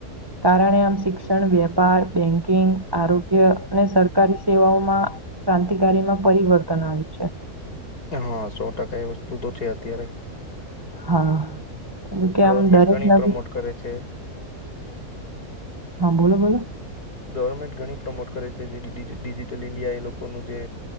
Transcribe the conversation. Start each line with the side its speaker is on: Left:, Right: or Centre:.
Right: કારણે આમ શિક્ષણ, વેપાર, બેંકિંગ, આરોગ્ય, અને સરકારી સેવાઓમાં ક્રાંતિકારીમાં પરિવર્તન આવ્યું છે.
Left: હા સો ટકા એ વસ્તુ તો છે અત્યારે
Right: હા જેવું કે
Left: ગવર્મેન્ટ
Right: આમ દરેક
Left: ઘણી
Right: નવી
Left: પ્રમોટ કરે છે
Right: હા બોલો બોલો.
Left: ગવર્મેન્ટ ઘણી પ્રમોટ કરે છે, જે ડિજિટલ ઈન્ડિયા એ લોકોનું જે